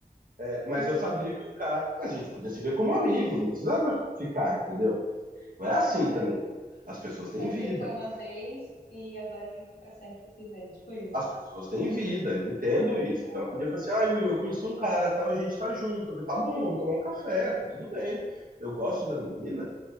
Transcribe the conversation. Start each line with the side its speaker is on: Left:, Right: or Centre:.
Right: é, mas
Left: Uhum.
Right: eu sabia que o cara. A gente podia se ver como amigo, não precisava ficar, entendeu? Não é assim
Left: Aham.
Right: também. As pessoas têm
Left: Só porque
Right: vida.
Left: ficou uma vez e agora tem que ficar sempre que se vê. Tipo isso.
Right: As pessoas têm vida, eu entendo isso.
Left: Aham.
Right: Então ela podia falar assim: ah, Will, eu conheci um cara, tal, a gente tá junto. Eu falei, tá bom, vamos tomar um café, tá tudo bem. Eu gosto da menina